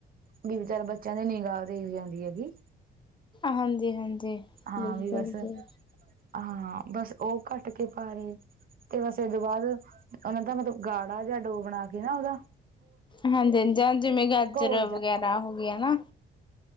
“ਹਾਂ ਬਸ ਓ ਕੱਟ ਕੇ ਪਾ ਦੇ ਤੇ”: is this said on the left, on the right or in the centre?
Right